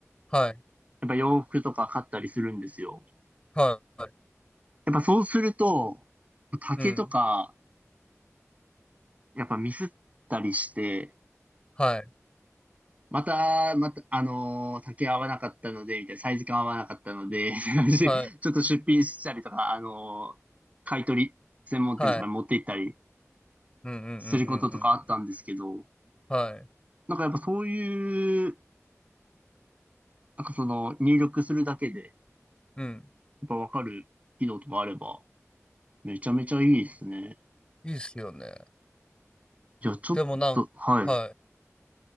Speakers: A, on the left; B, on the right.
A: はい、
B: やっぱ洋服とか買ったりするんですよ。
A: はい、はい
B: やっぱそうすると、丈とか、
A: うん、
B: やっぱミスったりして、
A: はい、
B: また、また、あのー竹合わなかったので、みたいな、サイズ感合わなかったので、みたいな感じでちょっと出品したりとか、
A: はい、
B: あのー買い取り専門店とかに持って行ったり
A: はい、うん、うん、うん、うん、う
B: することとかあったんですけど、
A: ん。はい、
B: なんかやっぱそういう、なんかその入力するだけで、
A: うん。
B: やっぱわかる機能とかあれば、めちゃめちゃいいですね。
A: いいっすよね。
B: いや、ちょっと、
A: でもなんか、
B: はい。
A: はい。